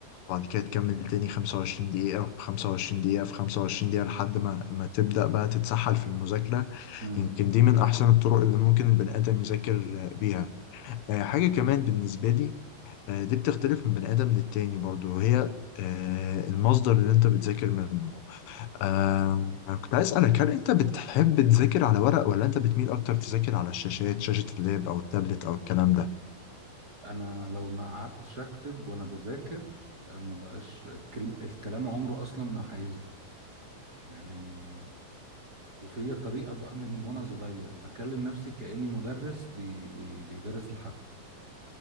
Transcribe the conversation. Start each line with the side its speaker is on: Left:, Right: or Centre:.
Left: وبعد كده تكمل تاني 25 دقيقة في 25 دقيقة في 25 دقيقة لحد ما ما تبدأ بقى تتسحل في المذاكرة
Right: امم
Left: يمكن دي من أحسن الطرق اللي ممكن البني آدم يذاكر بيها آه، حاجة كمان بالنسبة لي آه، دي بتختلف من بني آدم للتاني برضو وهي آه، المصدر اللي أنت بتذاكر منه آه، كنت عايز أسألك هل أنت بتحب تذاكر على ورق ولا أنت بتميل أكتر تذاكر على الشاشات شاشة اللاب أو التابلت أو الكلام ده؟
Right: انا لو ما قعدتش اكتب وانا بذاكر آه، ما بقاش الكلم الكلام عمره اصلا ما هيثبت يعني وفي طريقة بقى من وانا صغير بكلم نفسي كأني مدرس بي... بي... بيدرس لحد